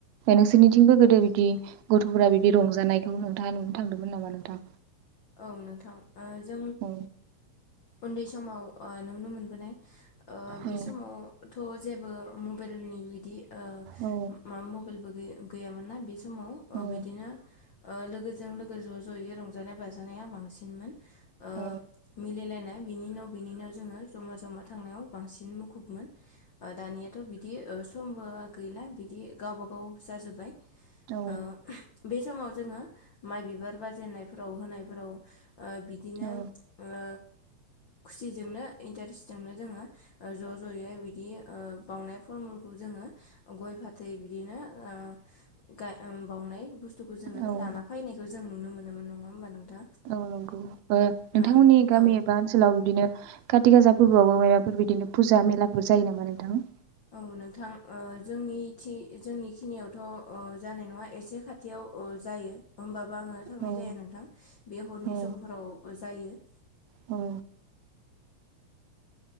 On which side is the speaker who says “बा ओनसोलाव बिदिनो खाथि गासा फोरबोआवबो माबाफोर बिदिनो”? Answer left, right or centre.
Right